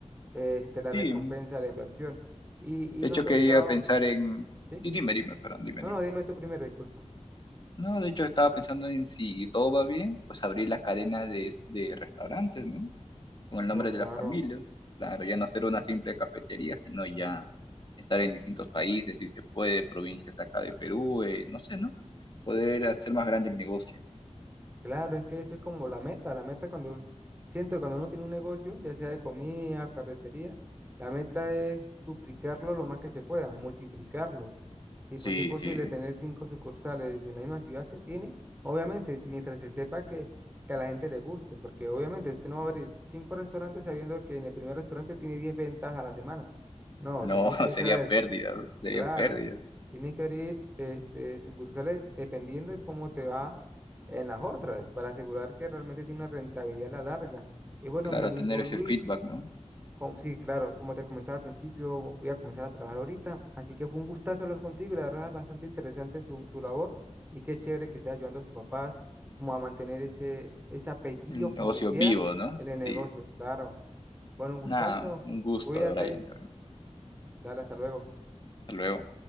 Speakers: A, on the right; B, on the left.
A: este, la recompensa
B: Sí,
A: de la inversión. Y, y
B: De
A: no
B: hecho,
A: has pensado,
B: quería pensar en...
A: ¿sí?
B: Sí, dime, dime, perdón, dime,
A: No,
B: dime.
A: no, dime tú primero, disculpa.
B: No, de hecho, estaba pensando en si todo va bien, pues abrir la cadena de, de restaurantes, ¿no? Con el nombre
A: No, claro.
B: de la familia. Claro, ya no ser una simple cafetería, sino ya estar en distintos países, si se puede, provincias acá de Perú, eh, no sé, ¿no? Poder hacer más grande el negocio.
A: Claro, es que eso es como la meta. La meta cuando siento que cuando uno tiene un negocio, ya sea de comida, ferretería, la meta es duplicarlo lo más que se pueda, multiplicarlo. Tipo,
B: Sí,
A: si es posible
B: sí.
A: tener cinco sucursales en la misma ciudad, se tiene. Obviamente, mientras se sepa que, que a la gente le guste, porque obviamente usted no va a abrir cinco restaurantes sabiendo que en el primer restaurante tiene 10 ventas a la semana. No,
B: No,
A: tienes
B: <laughs>
A: que
B: sería
A: saber
B: pérdida, sería
A: Claro,
B: pérdida.
A: tienes que abrir este, sucursales dependiendo de cómo te va en las otras, para asegurar que realmente tiene una rentabilidad a la larga. Y bueno,
B: Claro,
A: mi amigo
B: tener ese
A: Luis,
B: feedback, ¿no?
A: como, sí, claro, como te comentaba al principio, voy a comenzar a trabajar ahorita, así que fue un gustazo hablar contigo y la verdad bastante interesante su, su labor y qué chévere que esté ayudando a sus papás como a mantener ese, ese apellido
B: Un
A: familiar
B: negocio vivo, ¿no?
A: en el negocio,
B: Sí.
A: claro. Bueno, un gustazo,
B: Nada, un gusto,
A: cuídate,
B: Brian, también.
A: dale, hasta luego.
B: Hasta luego.